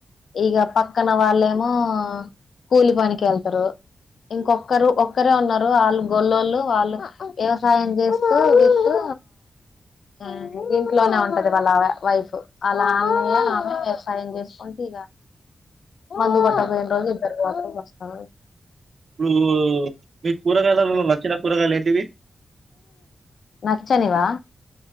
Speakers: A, on the left; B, on the right.
A: ఇక పక్ క్కన వాళ్ళేమో కూలి పనికి వెళ్తారు. ఇంకొక్కరు ఒక్కరే ఉన్నారు. వాళ్ళు గొల్లోళ్ళు వాళ్ళు వ్యవసాయం చేస్తూ వీత్తు హ్మ్ ఇంట్లోనే ఉంటది. వాళ్ళవిడ వైఫ్ అలా ఆమె ఆమె వ్యవసాయం చేసుకుంటే, ఇక మందు కొట్టక
B: ఇప్పుడు
A: పోయిన రోజు బతుకు వస్తా
B: ఇప్పుడు మీకు కూరగాయలలో నచ్చిన కూరగాయలు ఏంట్ కివి
A: నచ్చనివా